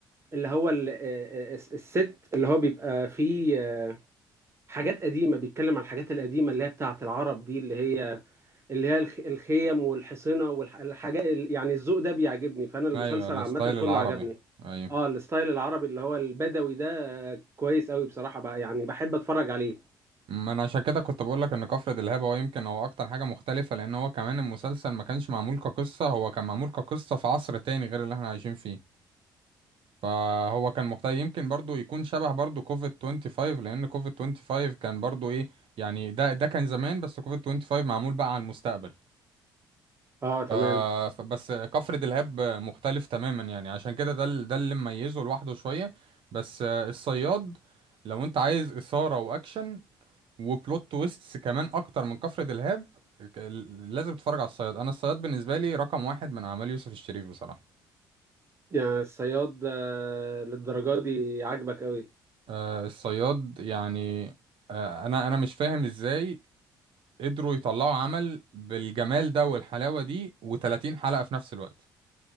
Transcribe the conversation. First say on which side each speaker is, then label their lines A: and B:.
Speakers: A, on the right; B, on the right.
A: اللي هو ال... الس- الست اللي هو بيبقى فيه حاجات قديمه بيتكلم عن الحاجات القديمه اللي هي بتاعه العرب دي اللي هي اللي هي الخ... الخيم والحصنه والحاجات يعني الذوق ده بيعجبني فانا المسلسل
B: ايوه الستايل
A: عامه كله
B: العربي
A: عجبني
B: ايوه
A: اه الستايل العربي اللي هو البدوي ده آه، كويس قوي بصراحه بقى يعني بحب اتفرج عليه
B: ما انا عشان كده كنت بقول لك ان كفر دلهاب هو يمكن هو اكتر حاجه مختلفه لان هو كمان المسلسل ما كانش معمول كقصه هو كان معمول كقصه في عصر تاني غير اللي احنا عايشين فيه فهو كان مختلف يمكن برضو يكون شبه برضو كوفيد 25 لان كوفيد 25 كان برضو ايه يعني ده ده كان زمان بس كوفيد 25 معمول بقى على المستقبل
A: اه تمام
B: ف... ف- بس كفر دلهاب مختلف تماما يعني عشان كده ده ال- ده اللي مميزه لوحده شويه بس الصياد لو انت عايز اثاره واكشن وبلوت تويستس كمان اكتر من كفر دلهاب ك- لازم تتفرج على الصياد انا الصياد بالنسبه لي رقم واحد من اعمال يوسف الشريف بصراحه
A: يعني الصياد آه، للدرجه دي عاجبك قوي
B: آه الصياد يعني آه انا انا مش فاهم ازاي قدروا يطلعوا عمل بالجمال ده والحلاوه دي و30 حلقه في نفس الوقت